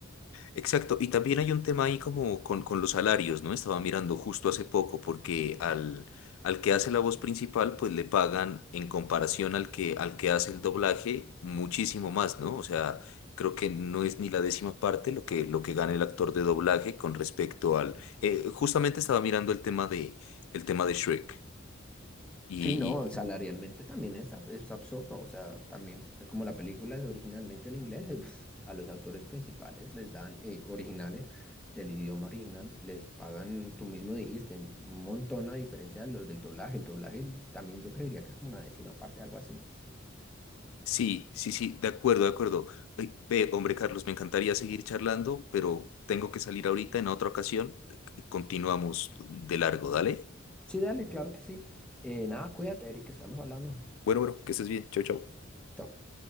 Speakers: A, on the left; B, in the centre.
A: Exacto. Y también hay un tema ahí como con, con los salarios, ¿no? Estaba mirando justo hace poco porque al, al que hace la voz principal, pues le pagan en comparación al que, al que hace el doblaje muchísimo más, ¿no? O sea, creo que no es ni la décima parte lo que, lo que gana el actor de doblaje con respecto al... eh, justamente estaba mirando el tema de, el tema de Shrek. Y,
B: Sí, no,
A: y-
B: salarialmente también es, ab- es absurdo, o sea, también eh, como la película es originalmente en inglés, eh, pf, a los autores principales les dan eh, originales del idioma original, les pagan, tú mismo dijiste, un montón a diferencia de los del doblaje, el doblaje también yo creería que es como una décima parte, algo así.
A: sí, sí, sí, de acuerdo, de acuerdo. Ay, Ve, hombre, Carlos, me encantaría seguir charlando, pero tengo que salir ahorita en otra ocasión. Continuamos de largo, dale.
B: Sí, dale, claro que sí. Eh, nada, cuídate, Eric, estamos hablando.
A: Bueno, bueno, que estés bien. Chau, chau.
B: Chao.